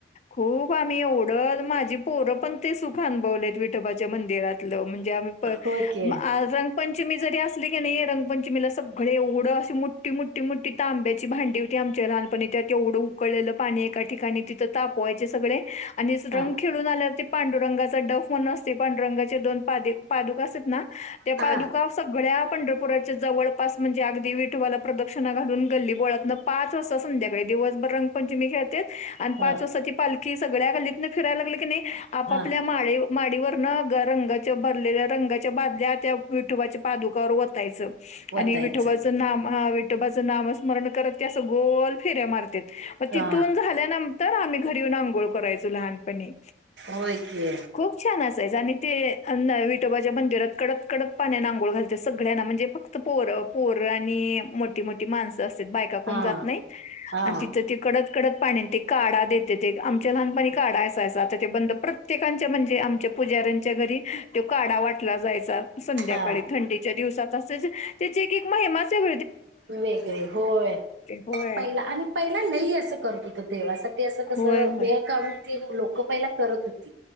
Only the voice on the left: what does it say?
खूप आम्ही, एवढत माझ -- पोरपण ते सुख अनुभवल्यात विठोबाच्या मंदरातल म्हणजे आमि प
आज न पंचमी जरी असली कनी रंगपंचमी- - पंचमीला सगळे एवढं अ मोठी मोठी मोठी तांब्याची भांडी होती आमच्या लहानपणी त्यात एवढं उकळलेलं -- पाणी एका ठिकाणी तिथं -- तापवायचे सगळे आणि रंग
खेळून आल्यावर ते पांडुरंगाचा डफ म्हणून असते पांडुरंगाचे दोन -- पादे पादुका असतात ना त्या
पादुका सगळ्या पंढरपुरात जवळपास म्हणजे अग विठोबाला प्रदक्षिणा घालून गल्ली बोळातणं पाच असं संध्याकाळी दिवसभर रंग पंचमी खेळ त्यात. आणि
पाच वाजता ती पालखी सगळ्या गल्लीतन फिराय लागली कनी आपापल्या
माळी माडीवर -- न ग रंगाच्या भरलेल्या रंगाच्या बादल्या त्या विठोबाच्या पादुकावर वतायचं.
आणि विठोबाचं नाम विठोबाचं नाम स्मरण करत त्या अस गोल फेऱ्या मारत्यात. मग
तिथून झाल्यानंतर आम्ही घरी येऊन आंघोळ करायचो. लहानपणी
खूप छान असायच आणि ते अ विटोबाच्या मंदिरात कडक कडक पाण्यान अंघोळ घालत्यात सगळ्यांना म्हणजे फक्त पोर पोर आणि मोठी मोठी माणस बायका
कोन जात नाही
आणि तिथ ते कड -- कडक पाणी ते काढा देते ते आमच्या लहानपणी काढा असायचा आता ते बंद प्रत्येकांच्या म्हणजे आमच्या- - पुजऱ्यांच्या घरी ते काडा वाट -- जायचा. संध्याकाळी
थंडीच्या दिवसात अस त्या एक एक महिमाच --
होय
होय होय